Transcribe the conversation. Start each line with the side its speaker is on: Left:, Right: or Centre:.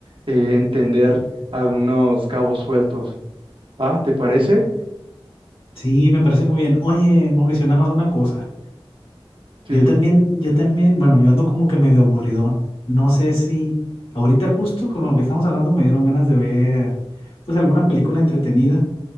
Right: eh, entender algunos cabos sueltos, ¿va? ¿Te parece?
Left: Sí, me parece muy bien. Oye, Mauricio, nada más una cosa.
Right: Sí.
Left: Yo también, yo también, bueno, yo ando como que medio aburridón. No sé si ahorita justo con lo que estamos hablando me dieron ganas de ver pues alguna película entretenida.